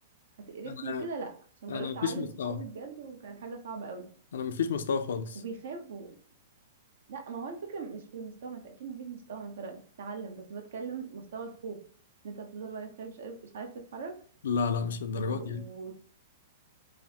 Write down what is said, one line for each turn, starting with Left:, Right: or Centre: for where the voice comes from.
Right: هتقرفني
Left: انا
Right: وكده لا عشان
Left: انا
Right: جربت
Left: مفيش
Right: اعلم
Left: مستوى
Right: صحابي بجد وكان حاجه صعبه قوي
Left: انا مفيش مستوى خالص
Right: وبيخافوا لا ما هو الفكره مش في المستوى ما انت اكيد ما فيش مستوى ما انت لا بتتعلم بس بتكلم مستوى الخوف ان انت هتفضل واقف خايف مش عارف مش عارف تتحرك
Left: لا لا مش للدرجات
Right: و... و...
Left: دي يعني